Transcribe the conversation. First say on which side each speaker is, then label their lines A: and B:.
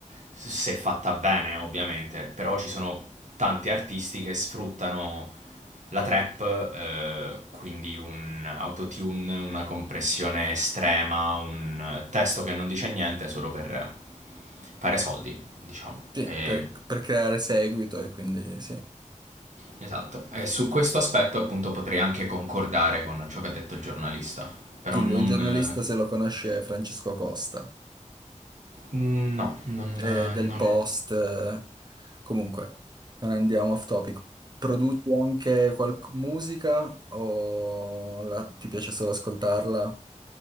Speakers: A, on the right (about 65°); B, on the right (about 35°).
A: s- se fatta bene, ovviamente, però ci sono tanti artisti che sfruttano la trap, eh, quindi un autotune, una compressione estrema, un testo che non dice niente solo per fare soldi, diciamo.
B: Sì,
A: E-
B: per, per creare seguito e quindi sì.
A: esatto. E su questo aspetto, appunto, potrei anche concordare con ciò che ha detto il giornalista, però
B: Il,
A: non
B: il giornalista,
A: eh,
B: se lo conosci, è Francesco Costa.
A: Mm, No, non,
B: eh,
A: non-
B: del post. eh. Comunque, non andiamo off topic. Produci anche qualche musica o la- ti piace solo ascoltarla?